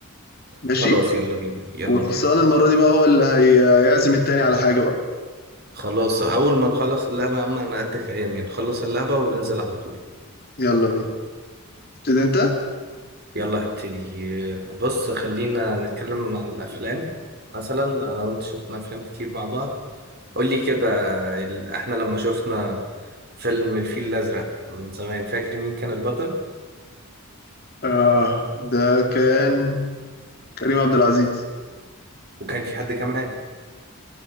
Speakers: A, on the left; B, on the right.
A: ماشي
B: خلاص يلا بينا يلا
A: والخسران
B: بينا
A: المرة دي بقى هو اللي هي- هيعزم التاني على حاجة بقى
B: خلاص اول ما نخلص اللعبة يا عم انا قد كلامي نخلص اللعبة وننزل على طول
A: يلا بينا تبتدي أنت
B: يلا هبتدي بص خلينا نتكلم عن الأفلام مثلا أنا وأنت شفنا أفلام كتير مع بعض قولي كده ال- إحنا لما شفنا فيلم الفيل الأزرق من زمان فاكر مين كان البطل
A: آه ده كان كريم عبد العزيز
B: وكان في حد كمان